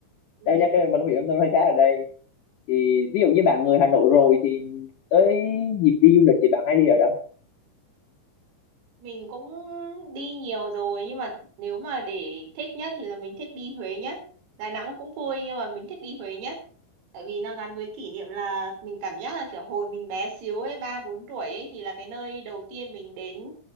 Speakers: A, on the right (about 85°); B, on the left (about 65°).
A: ừ.
B: đây nha cái mà cái miệng mắm tôm hay khá ở đây thì ví dụ như bạn người Hà Nội rồi thì tới dịp đi du lịch thì bạn hay đi ở đâu
A: Mình cũng đi nhiều rồi nhưng mà nếu mà để thích nhất thì là mình thích đi Huế nhất. Đà Nẵng cũng vui nhưng mà mình thích đi Huế nhất. Tại vì nó gắn với kỷ niệm là mình cảm giác là kiểu hồi mình bé xíu ấy, 3 4 tuổi ấy thì là cái nơi đầu tiên mình đến